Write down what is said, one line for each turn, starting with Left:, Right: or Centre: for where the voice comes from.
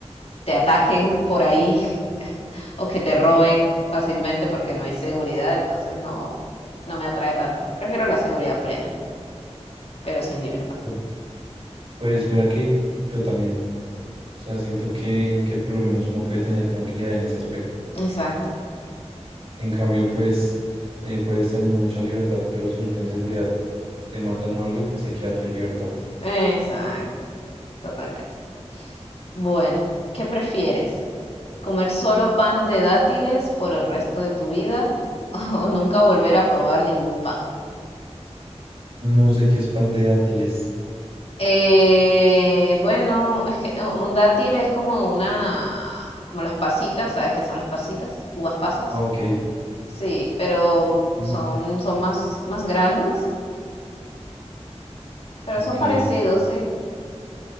Left: te ataquen por ahí <laughs> o que te roben fácilmente porque no hay seguridad, entonces no, no me atrae tanto. Prefiero la seguridad plena, pero sin libertad.
Right: Uy. Pues mira que yo también. O sea, siento que, que por lo menos uno puede tener tranquilidad en ese aspecto.
Left: Exacto,
Right: En cambio, pues eh, puedes tener mucha libertad, pero si no tienes seguridad, te matan o algo y pues se queda tu libertad.
Left: exacto, totalmente. Bueno, ¿qué prefieres? ¿Comer solo pan de dátiles por el resto de tu vida <laughs> o nunca volver a probar ningún pan?
Right: No sé qué es pan de dátiles.
Left: Eh, bueno, es que u- un dátil es como una, como las pasitas, ¿sabes qué son las pasitas? Uvas pasas.
Right: Ah, ok.
Left: Sí, pero
Right: Mm,
Left: son, son más, más grandes, pero
Right: ok.
Left: son parecidos, sí.